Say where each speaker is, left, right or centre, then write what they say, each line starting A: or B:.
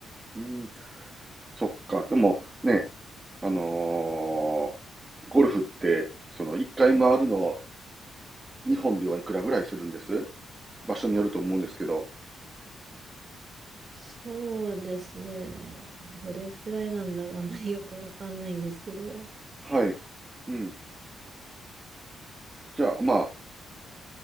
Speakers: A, on the right; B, on the right.
A: うん。そっか。でも、ね、あのーゴルフって、その一回回るの、日本ではいくらぐらいするんです場所によると思うんですけど、
B: そうですね。どれくらいなんだろう。あんまりよくわかんないんですけど。
A: はい。うん。じゃあ、まあ、